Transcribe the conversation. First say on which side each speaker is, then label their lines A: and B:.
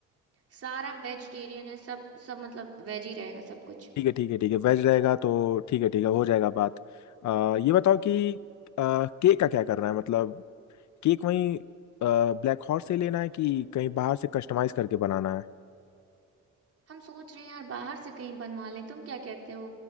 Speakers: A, on the right; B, on the left.
A: सारा वेजिटेरियन है सब सब मतलब वेज ही रहेगा सब कुछ
B: ठीक है ठीक है ठीक है वेज रहेगा तो ठीक है ठीक है हो जाएगा बात अ, ये बताओ कि अ, केक का क्या करना है मतलब केक वहीं ब्लैक हॉर्स से लेना है कि कहीं बाहर से कस्टमाइज करके बनाना है
A: हम सोच रहे हैं यार बाहर से कहीं बनवा लें तुम क्या कहते हो